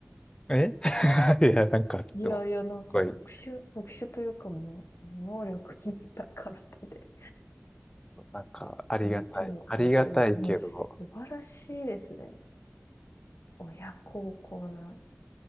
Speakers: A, on the left; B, on the left.
A: え <laughs> いや、なんか、
B: いやいや、
A: でも、すごい、
B: なんか特殊、特殊というかもう、能力に高らで。
A: なんか、ありがたい。
B: 生まれてるのかもしれない。
A: ありがたいけど、
B: でも素晴らしいですね。親孝行な